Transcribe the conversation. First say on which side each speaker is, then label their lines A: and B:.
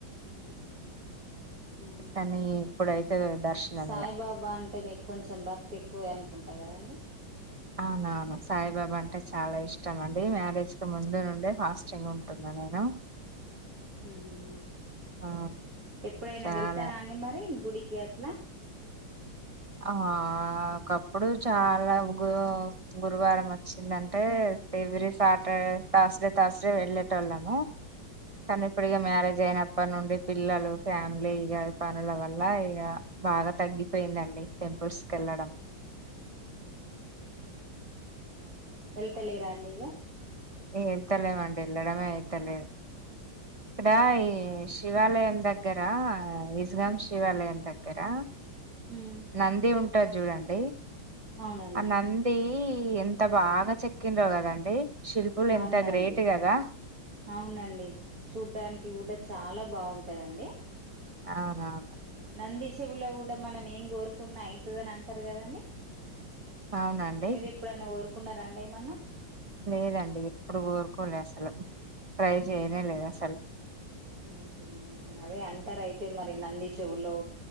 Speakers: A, on the right (about 45°); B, on the right (about 20°).
A: మ్ మ్
B: కానీ ఇప్పుడైతే దర్శనం
A: సాయిబాబా
B: ఇగ
A: అంటే మీక్ కొంచెం భక్తి ఎక్కువే అనుకుంటా కదండి
B: అవునవును సాయిబాబా అంటే చాలా ఇష్టం అండి మ్యారేజ్ కు ముందు నుండి ఫాస్టింగ్ ఉంటున్నా నేను
A: మ్
B: ఆ
A: ఎప్పుడైనా
B: చాలా
A: వెళ్తారా అండి మరి గుడి కి అట్లా
B: ఆ ఒకప్పుడు చాలా గు గురువారం వచ్చిందంటే ఎవ్రి సా ట్ తాజ్ డే తజ్ డే వెళ్లే టోళ్ళము కానీ ఇప్పుడు ఇగ మ్యారేజ్ అయినప్పటి నుండి పిల్లలు ఫ్యామిలీ ఇగ పనుల వల్ల ఇగ బాగా తగ్గిపోయిందండి టెంపుల్స్ కెళ్ళడం
A: వెళ్తలేరా అండి ఇగ
B: ఇగ ఏళ్తాలేం అండి ఎల్లడమే అయితలే ఇక్కడ ఈ శివాలయం దగ్గరా విజగాం శివాలయం దగ్గరా
A: ఉమ్
B: నంది ఉంటాద్ జుడండి
A: అవునండి
B: ఆ నంది ఎంత బాగా చెక్కిండ్రో గదండి శిల్పులు ఎంత
A: అవునండి
B: గ్రేట్ గదా
A: అవునండి చూడ్డానికి గూడా చాలా బాగుంటదండి
B: అవునవును
A: నంది చెవుల గూడా మనం ఏం కోర్ కున్నా అయితదని అంటారు గదండి
B: అవునండి
A: మీరు ఎప్పుడన్న కోరుకున్న రండి ఏమన్నా
B: లేదండి ఎప్పుడు కోరుకోలే అసలు ట్రై చేయనే లేద్ అసల్
A: మ్ హు అదే అంటారు అయితే మరి నంది చెవులో